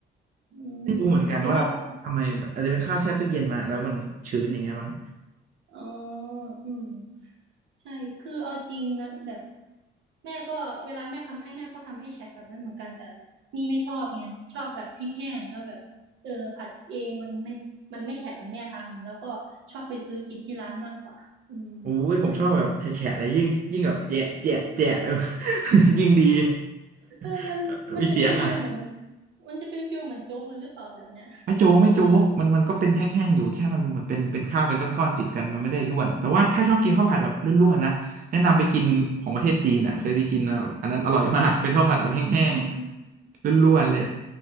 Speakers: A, on the right (about 75°); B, on the right (about 45°).
A: อืม
B: ไม่รู้เหมือนกันว่าทำไมอาจจะเป็นข้าวแช่ตู้เย็นมาแล้วมันชื้นอย่างเงี้ยมั้ง
A: หรือไม่ก็ อ๋ออืมใช่คือเอาจริงนะแบบแม่ก็เวลาแม่ทำให้แม่ก็ทำให้แฉะแบบนั้นเหมือนกันแต่นี่ไม่ชอบไงชอบแบบแห้งๆแล้วแบบเออผัดเองมันไม่มันไม่แฉะเหมือนแม่ทำแล้วก็ชอบไปซื้อกินที่ร้านมากกว่าอืม
B: อุ้ยผมชอบแบบแฉะๆอะไรยิ่งยิ่งแบบแจะแจะแจะ <laughs> ยิ่งดี
A: เออมันมันจะเป็นฟิลเหมือน
B: <laughs> มีเสียงอ่ะ
A: มันจะเป็นฟิลเหมือนโจ๊กเลยหรือเปล่าแบบเนี้ย
B: ไม่โจ๊กไม่โจ๊กมันมันก็เป็นแห้งๆอยู่แค่มันเหมือนเป็นเป็นข้าวเป็นก้อนๆติดกันมันไม่ได้ร่วนแต่ว่าถ้าชอบกินข้าวผัดแบบร่วนๆนะแนะนำไปกินของประเทศจีนอ่ะเคยไปกินแล้วอันนั้นอร่อยมากเป็นข้าวผัดแบบแห้งๆร่วนๆเลย
A: อืมอืม